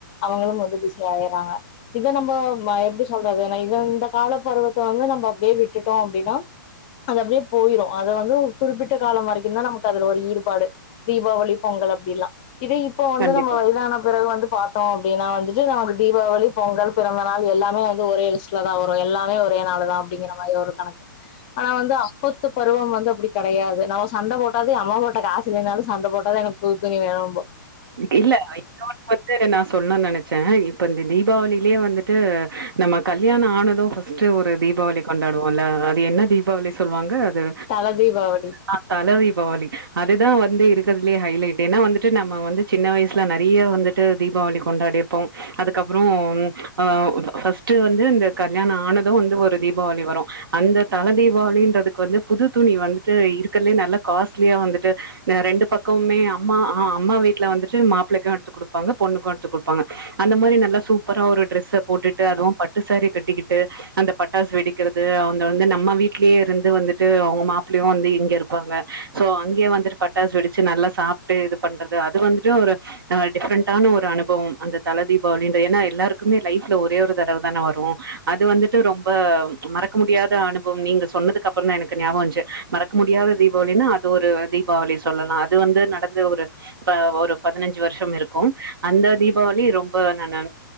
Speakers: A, on the left; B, on the right.
A: அவங்களு வந்து பிஸி ஆயிறாங்க இத நம்ம ம எப்டி சொல்றது இத இந்த காலப்பருவத்தை வந்து நம்ம அப்டியே விட்டுட்டோ அப்டின்னா அது அப்டியே போயிரும் அத வந்து குறிப்பிட்ட காலம் வரைக்கும் தான் நமக்கு அதுல ஒரு ஈடுபாடு தீபாவளி பொங்கல் அப்டிலாம் இதே இப்போ வந்து
B: கண்டிப்பா
A: நம்ம இதான பிறகு வந்து பார்த்தோம் அப்டின்னா வந்துட்டு நமக்கு தீபாவளி பொங்கல் பிறந்த நாள் எல்லாமே இது ஒரே லிஸ்ட்ல தான் வரும் எல்லாமே ஒரே நாள் தான் அப்டிங்கிற மாதிரி ஒரு கணக்கு ஆனா வந்து அப்பத்து பருவம் வந்து அப்டி கடையாது நம்ம சண்ட போட்டாது அம்மா போட்ட காசில்லைனாலும் சண்ட போட்டாவது எனக்கு புது துணி வேனும்போம்
B: இல்ல ஐ தாட் ஃபர்ஸ்ட்டே நான் சொல்லனும் நினைச்சேன் இப்ப இந்த தீபாவளிலே வந்துட்டு நம்ம கல்யாணம் ஆனதும் ஃபஸ் ட்டு ஒரு தீபாவளி கொண்டாடுவோம்ல அது என்ன தீபாவளி சொல்லுவாங்க அது
A: தல தீபாவளி
B: ஆ தல தீபாவளி அதுதான் வந்து இருக்கறதுலயே ஹைலைட் ஏன்னா வந்துட்டு நம்ம வந்து சின்ன வயசுல நெறைய வந்துட்டு தீபாவளி கொண்டாடிருப்போம் அதுக்கப்புறம் ஆ ஃபஸ்ட் வந்து இந்த கல்யாண ஆனதும் வந்து ஒரு தீபாவளி வரும் அந்த தலதீபாவளின்றதுக்கு வந்து புதுத் துணி வந்துட்டு இருக்கறதுல்லே நல்லா காஸ்ட்லியா வந்துட்டு ரெண்டு பக்கமுமே அம்மா ஆ அம்மா வீட்டு்ல வந்துட்டு மாப்பிள்ளைக்கும் எடுத்து குடுப்பாங்க பொண்ணுக்கும் எடுத்து குடுப்பாங்க அந்த மாரி நல்லா சூப்பரா ஒரு டிரெஸ்ஸ போட்டுட்டு அதுவும் பட்டு சாரி கட்டிக்கிட்டு அந்த பட்டாசு வெடிக்கறது அவுங்க வந்து நம்ம வீட்லயே இருந்து வந்துட்டு அவ்ங்க மாப்பிள்ளயும் வந்து இங்க இருப்பாங்க சோ அங்கே வந்துட்டு பட்டாசு வெடிச்சு நல்லா சாப்ட்டு இது பண்றது அது வந்துட்டு ஒரு ஆ டிஃப்ரண்டான ஒரு அனுபவம் அந்த தலை தீபாவளின்ற ஏன்னா எல்லாருக்குமே லைஃப்ல ஒரே ஒரு தடவ தானே வரும் அது வந்துட்டு ரொம்ப மறக்க முடியாத அனுபவம் நீங்க சொன்னதுக்கப்புறம் தான் எனக்கு ஞாபகம் வந்துச்சு மறக்க முடியாத தீபாவளின்னா அது ஒரு தீபாவளி சொல்லலா அது வந்து நடந்து ஒரு ப ஒரு பதினஞ்சு வர்ஷ்ஷம் இருக்கும் அந்த தீபாவளி ரொம்ப நானு